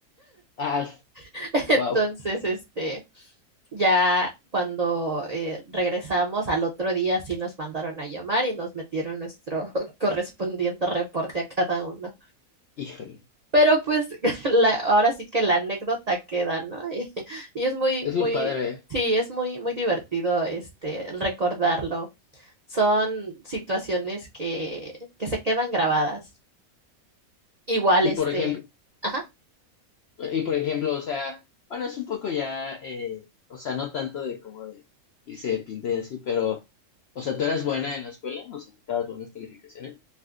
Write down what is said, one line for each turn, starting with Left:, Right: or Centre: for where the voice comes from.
Left: Ah,
Right: <laughs> Entonces,
Left: wow,
Right: este, ya cuando eh, regresamos al otro día sí nos mandaron a llamar y nos metieron nuestro <laughs> correspondiente reporte a cada uno.
Left: híjole,
Right: Pero pues <laughs> la, ahora sí que la anécdota queda, ¿no? <laughs> Y, es muy,
Left: es
Right: muy,
Left: lo padre.
Right: sí, es muy, muy divertido este recordarlo. Son situaciones que, que se quedan grabadas. Igual,
Left: Y
Right: este,
Left: por ejemplo,
Right: ajá.
Left: y por ejemplo, o sea, bueno, es un poco ya, eh, o sea, no tanto de como de irse de pinta y así, pero, o sea, ¿tú eras buena en la escuela? O sea, ¿sacabas buenas calificaciones?